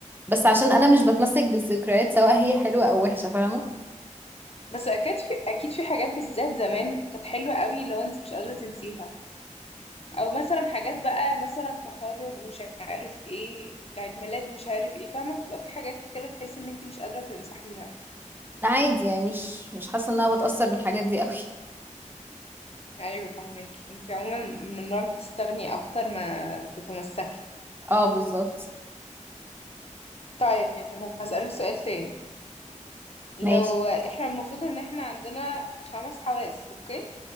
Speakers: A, on the right (about 15°); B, on the left (about 50°).
A: بس عشان انا مش بتمسك بالذكريات سواء هي حلوة او وحشة فاهمة
B: بس أكيد في أكيد في حاجات بالذات زمان كانت حلوة قوي لو أنت مش قادرة تنسيها أو مثلا حاجات بقى مثلا تخرج مش عارف ايه العيد ميلاد مش عارف ايه فاهمة بتبقى في حاجات كده تحسي إن أنت مش قادرة تمسحيها
A: لا عادي يعني مش مش حاسة ان انا بتأثر بالحاجات دي قوي
B: أيوة فاهماكي أنت عموما من النوع اللي بتستغني أكتر ما بتتمسكي
A: <laughs> اه بالظبط
B: طيب هسألك سؤال تاني لو
A: ماشي
B: احنا المفروض إن احنا عندنا خمس حواس أوكي